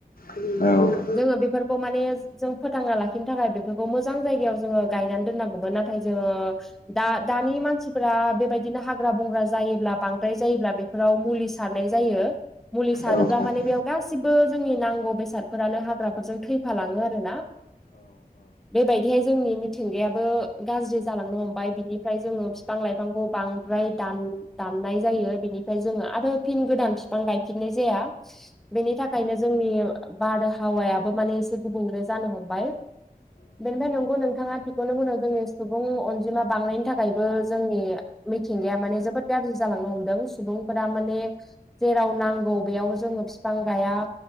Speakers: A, on the left; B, in the centre.
A: औ
B: जोङो बेफोरखौ माने जों फोथांना लाखिनो थाखाय बेफोरखौ मोजां जायगायाव जोङो गायनानै दोननांगौमोन नाथाय जोङो दा दानि मानसिफोरा बेबायदिनो हाग्रा बंग्रा जायोब्ला बांद्राय जायोब्ला बे फोराव मुलि सारनाय जायो मुलि सारोब्ला
A: औ
B: माने
A: औ
B: बेयाव गासिबो जोंनि नांगौ बेसादफोरानो हाग्राफोरजों थैफालाङो आरोोना बेबायदिहाय जोंनि मिथिंगायाबो गाज्रि जालांनो हमबाय बिनिफ्राय जोङो बिफां लाइफांखौ बांद्राय दान दाननाय जायो, बिनिफ्राय जोङो आरो फिन गोदान बिफां गायफिननाय जाया। बेनि थाखाय ओंखायनो जोंनि बारहावायाबो माने एसे गुबुंले जानो हमबाय। बेनिफ्राय नंगौ नोंथाङा थिखौनो बुदों जोंनि सुबुं अनजिमा बांनायनि थाखायबो जोंनि मिथिंगाया माने जोबोद गाज्रि जालांनो हमदों सुबुंफोरा माने जेराव नांगौ बेयाव जोङो बिफां गाया